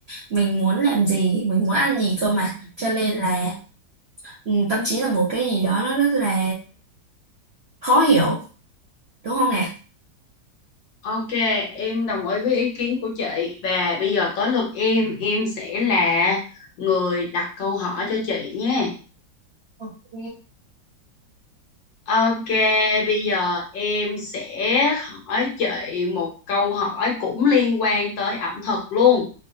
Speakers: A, on the right; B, on the left.
A: mình muốn làm gì, mình muốn ăn gì cơ mà. Cho nên là ừm, tâm trí là một cái gì đó nó rất là khó hiểu, đúng không nè?
B: Ok, em đồng ý với ý kiến của chị và bây giờ tới lượt em, em sẽ là người đặt câu hỏi cho chị nhé.
A: Ok.
B: Ok, bây giờ em sẽ hỏi chị một câu hỏi cũng liên quan tới ẩm thực luôn